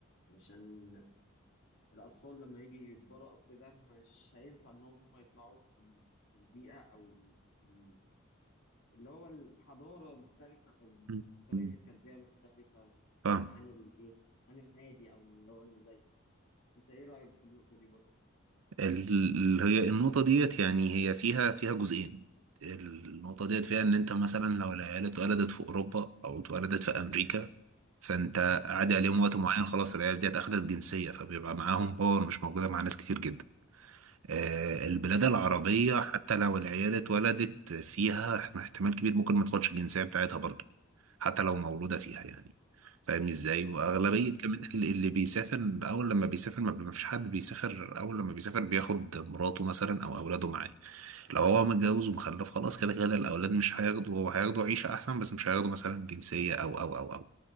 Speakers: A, on the left; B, on the right.
A: علشان الاطفال لما يجي يكبروا او كده مش هينفع ان هم يطلعوا في في البيئه او ال... ال- اللي هو الحضاره مختلفه او إن
B: مم.
A: طريقه
B: مم.
A: التربيه مختلفه
B: فاهم
A: عن الايه عن العادي او اللي هو اللي زيي انت ايه رايك في النقطه دي برضه
B: ال- هي النقطة ديت يعني هي فيها فيها جزئين النقطة ديت فيها إن أنت
A: <laughs>
B: مثلا لو العيال اتولدت في أوروبا أو اتولدت في أمريكا فأنت عادي عليهم وقت
A: مم.
B: معين خلاص العيال ديت أخدت جنسية فبيبقى معاهم باور مش موجودة مع ناس كتير جدا آه، البلاد العربية حتى لو العيال اتولدت فيها احتمال كبير ممكن ما تاخدش الجنسية بتاعتها برضه حتى لو مولودة فيها يعني فاهمني ازاي واغلبية
A: مم.
B: كمان اللي اللي بيسافر اول لما بيسافر ما ما فيش حد بيسافر اول لما بيسافر بياخد مراته مثلا او اولاده معاه لو هو متجوز ومخلف خلاص كده كده الأولاد مش هياخدوا هو هياخدوا عيشة أحسن بس مش هياخدوا مثلا جنسية أو أو أو أو